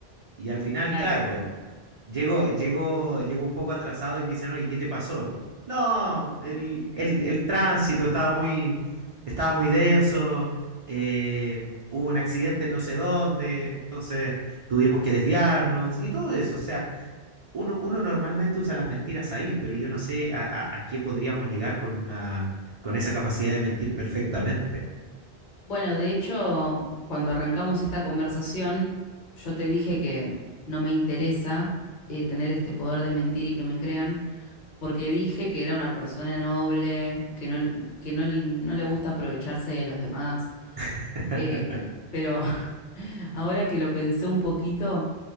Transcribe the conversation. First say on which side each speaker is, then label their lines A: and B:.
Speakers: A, on the right (about 50°); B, on the left (about 50°).
A: Y al final,
B: Claro.
A: claro, llego, llego, llego un poco atrasado y me dicen, oye, ¿qué te pasó? No, el, el, el tránsito estaba muy, estaba muy denso, eh, hubo un accidente en no sé dónde, entonces tuvimos que desviarnos y todo eso. O sea, uno, uno normalmente usa las mentiras ahí, pero yo no sé a, a- a qué podríamos llegar con una, con esa capacidad de mentir perfectamente.
B: Bueno, de hecho, cuando arrancamos esta conversación, yo te dije que no me interesa eh, tener este poder de mentir y que me crean. porque dije que era una persona noble, que no, que no, no le gusta aprovecharse de los demás.
A: <laughs>
B: Eh, pero <laughs> ahora que lo pensé un poquito,